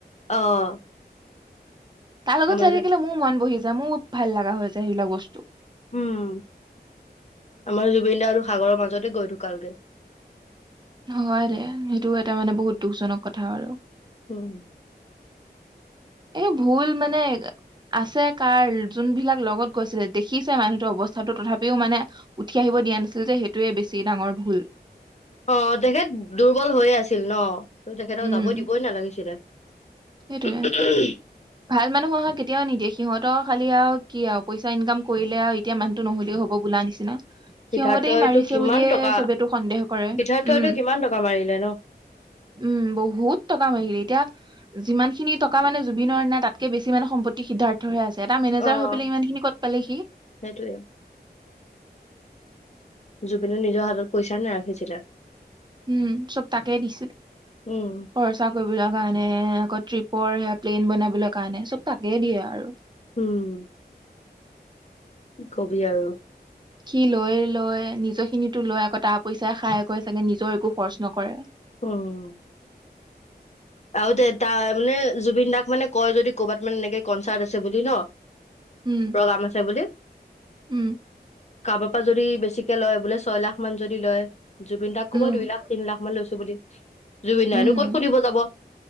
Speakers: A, on the left; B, on the right.
A: অ',
B: তাৰ লগত
A: আমাৰ
B: চাই
A: যে
B: থাকিলে মোৰ মন বহি যায়। মোৰ ভাল লগা হৈছে যায় সেইবিলাক বস্তু।
A: উম, আমাৰ জুবিনদাৰো আৰু সাগৰৰ মাজতে গৈ ধুকালগে।
B: হয় দে সেইটো এটা মানে বহুত দুখজনক কথা আৰু।
A: হোম।
B: এই ভুল মানে। আছে কাৰ যোনবিলাক লগত গৈছিলে দেখিছে মানুহটোৰ অৱস্থাটো তথাপিও মানে উঠি আহিব দিয়া নাছিল যে সেইটোৱে বেছি ডাঙৰ ভুল ।
A: অ তেখেত দুৰ্বল হৈয়ে আছিল ন, ত তেখেতক
B: উম
A: যাবই দিবই নালাগিছিলে,
B: সেইটোয়ে
A: <unintelligible>
B: ভাল মানুহক কেতিয়াও নিদিয়ে সিহঁতৰ খালি আৰু কি আৰু পইচা ইনকাম কৰিলে আৰু এতিয়া মানুহটো নহলেও হব বোলা নিচিনা
A: সিদ্ধাৰ্থইটো
B: সিহঁতেই মাৰিছে
A: কিমান
B: বুলিয়ে
A: টকা
B: চবেই তো সন্দেহ কৰে
A: সিদ্ধাৰ্থইটো
B: উম
A: কিমান টকা মাৰিলে ন?
B: উম বহুত টকা মাৰিলে এতিয়া যিমান খিনি টকা মানে জুবিনৰ নাই তাতকে বেছি সম্পত্তি সিদ্ধাৰ্থহে আছে । এটা মেনেজাৰ
A: অ',
B: হৈ পেলাই ইমান খিনি কত পালেহি?
A: সেইটোয়ে জুবিনো নিজৰ হাতত পইচা নাৰাখিছিলে,
B: উম চব তাকে দিছিলে
A: উম,
B: খৰচা কৰিবলৈ কাৰণে আকৌ টিপ পৰ সেয়া প্লেইন বনাবলৈ কাৰণে চব তাকে দিয়ে আৰু
A: উম কবি আৰু
B: কি লয় লয় নি খিনিতো লৈ আকৌ পইচাই খাই কৰে চাগে নিজৰ একো খৰচ নকৰে ।
A: উম আৰু তে তাৰ মানে জুবিন দাক মানে কয় যদি ক'বাত মানে এনেকে কনচাৰ্ট আছে, হৈছে বুলি ন
B: উম
A: প্ৰগ্ৰাম আছে বুলি
B: উম
A: কাৰোবাৰ পৰা যদি বেছিকে লয় বোলে ছয় লাখ মান যদি লয় জুবিন দাক ক'ব
B: উম
A: দুই লা তিনি লাখা‌ মান লৈছো । বুলি জুবিন দাই‌নো
B: উম
A: ক'ত সুধিব যাব,